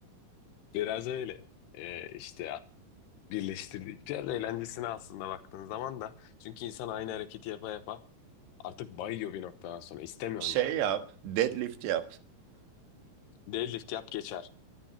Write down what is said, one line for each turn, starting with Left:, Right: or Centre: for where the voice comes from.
Left: Biraz öyle. Eee işte birleştirdikçe biraz eğlencesine aslında baktığın zaman da. Çünkü insan aynı hareketi yapa yapa artık bayıyor bir noktadan sonra. İstemiyorsun
Right: Şey
Left: yani.
Right: yap. Deadlift yap.
Left: Deadlift yap geçer.